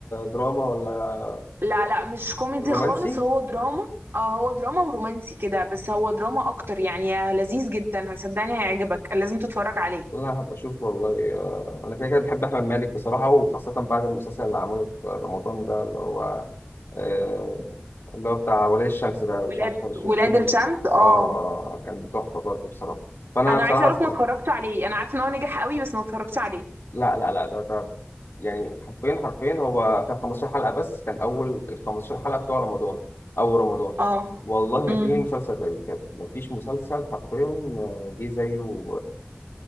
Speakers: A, on the left; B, on the right.
A: دراما ولا
B: لا لا مش كوميدي
A: رومانسي
B: خالص هو دراما اه هو دراما ورومانسي كده بس هو دراما اكتر يعني آه، لذيذ جدا هصدقني هيعجبك لازم تتفرج عليه
A: لا هبقى اشوف والله آه، انا كده كده بحب احمد مالك بصراحه وخاصه بعد المسلسل اللي عمله في رمضان ده اللي هو آه، اللي هو بتاع ولي الشمس ده
B: ولاد
A: مش عارف هل شفتيه
B: ولاد
A: ولا
B: الشمس
A: لأ.
B: اه
A: اه اه كان تحفه برضه بصراحه فانا
B: انا
A: بصراحه
B: عايزه اقولك
A: اتفرجت
B: ما اتفرجتش عليه انا عارفه ان هو نجح قوي بس ما اتفرجتش عليه
A: لا لا لا ده ده يعني حرفيا حرفيا هو كان 15 حلقه بس كان اول ال 15 حلقه بتوع رمضان اول رمضان
B: اه
A: والله ما
B: امم
A: في مسلسل زيه بجد ما فيش مسلسل حرفيا آه، جه زيه